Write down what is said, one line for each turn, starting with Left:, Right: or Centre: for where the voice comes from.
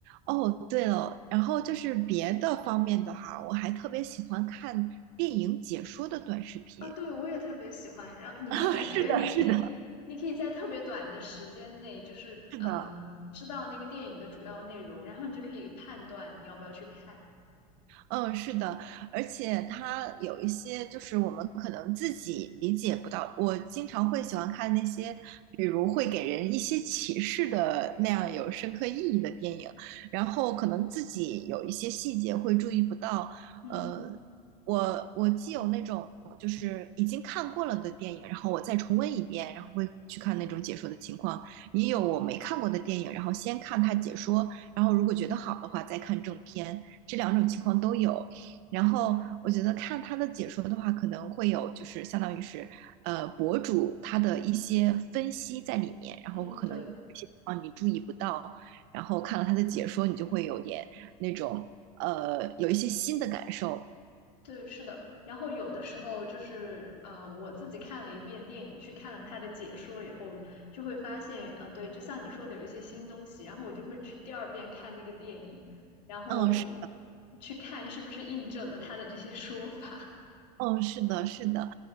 Right: 哦，对了，然后就是别的方面的话，我还特别喜欢看电影解说的短视频。
Left: 啊，对，我也特别喜欢。然后你就感觉你可以，
Right: <laughs> 啊，是的，是的，
Left: 你可以在特别短的时间内，就是嗯，
Right: 是的。
Left: 知道那个电影的主要内容，然后你就可以判断你要不要去看。
Right: 嗯，是的，而且它有一些就是我们可能自己理解不到。我经常会喜欢看那些，比如会给人一些启示的那样有深刻意义的电影，然后可能自己有一些细节会注意不到。
Left: 嗯
Right: 呃，我我既有那种就是已经看过了的电影，然后我再重温一遍，然后会去看那种解说的情况，也有我没看过的电影，然后先看它解说，然后如果觉得好的话再看正片。这两种情况都有。然后我觉得看他的解说的话，可能会有就是相当于是呃博主他的一些分析在里面，然后可能有些地方你注意不到，
Left: 嗯，对。
Right: 然后看了他的解说，你就会有点那种呃有一些新的感受。
Left: 对，是的。然后有的时候就是呃，我自己看了一遍电影，去看了他的解说以后，就会发现，呃，对，就像你说的，有一些新东西。然后我就会去第二遍看那个电影，然后
Right: 嗯，是
Left: 去看是不是印证了他的这些说法。
Right: 嗯，是的，是的，